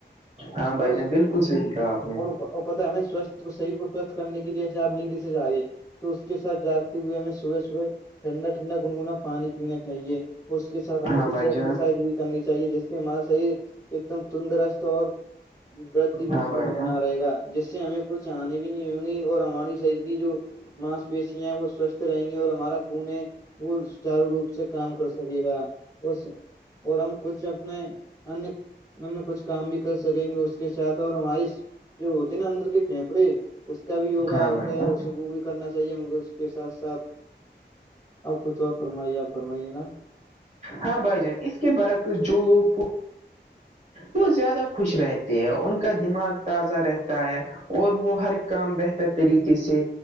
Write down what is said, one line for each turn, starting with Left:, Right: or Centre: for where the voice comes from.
Right: ہاں بھائی
Left: اور اس
Right: جان بالکل صحیح کہا آپ نے
Left: اور بہت پتا ہے ہمیں سوستھ شریر کو سوستھ کرنے کے لیے اب جاگنے کی ذد آگںی تو اس کے ساتھ ہوئے ہمیں صبح صبح ٹھنڈا ٹھنڈا گنگنا پانی پینا چاہیے اس کے ساتھ ہمیں
Right: ہاں
Left: کچھ
Right: بھائی
Left: ایکسرسائز
Right: جان
Left: بھی کرنی چاہیے جس سے ہمارا شریر ایک دم تندرست اور ایکٹیوموڈ
Right: ہاں بھائی جان
Left: بنا رہے گا جس سے ہمیں کچھ آنے بھی نہیں ہوں گی اور ہماری شریر کی جو ماس پیشیاں ہیں وہ سوستھ رہیں گی اور ہمارا خون میں وولس چارو روپ سے کام کرسکے سکے گا اس اور ہم کچھ اپنے ان ان کچھ کام بھی کر سکیں گے اس کے ساتھ اور ہمارے جو ہوتی نا اندر کے پھیپڑے اس کب یگا
Right: ہاں
Left: ہوتا
Right: بھائی
Left: ہے
Right: جان
Left: ویسے بھی کرنا چاہیے مے اس کے ساتھ ساتھ اب کچھ اور فرمائیے آپ فرمائیے نا
Right: ہاں بھائی جان اس کے برعکز جو لوگ پور وہ زیادہ خوش رہتے ہیں ان کا دماغ تازہ رہتا ہے اور وہ ہر کام بہتر طریقے سے